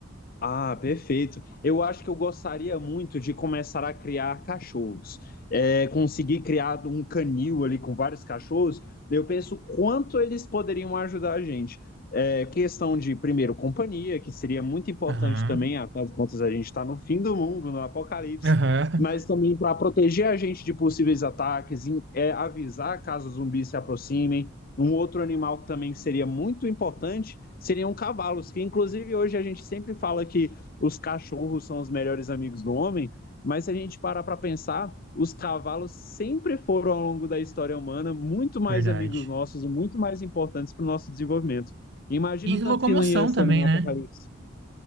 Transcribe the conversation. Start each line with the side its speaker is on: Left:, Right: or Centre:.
Left: Ah, perfeito. Eu acho que eu gostaria muito de começar a criar cachorros. É, conseguir criar um canil ali com vários cachorros, eu penso quanto eles poderiam ajudar a gente. É, questão de, primeiro, companhia, que seria muito importante
Right: Aham,
Left: também, afinal de contas, a gente está no fim do mundo, no apocalipse,
Right: aham,
Left: mas também para proteger a gente de possíveis ataques, em- é, avisar caso zumbis se aproximem. Um outro animal também que seria muito importante seriam cavalos, que inclusive hoje a gente sempre fala que os cachorros são os melhores amigos do homem, mas se a gente parar para pensar, os cavalos sempre foram, ao longo da história humana, muito
Right: <laughs>
Left: mais
Right: verdade.
Left: amigos nossos, muito mais importantes para o nosso desenvolvimento. Imagina
Right: E
Left: o
Right: locomoção
Left: tanto que não ia ser
Right: também,
Left: um apocalipse.
Right: né?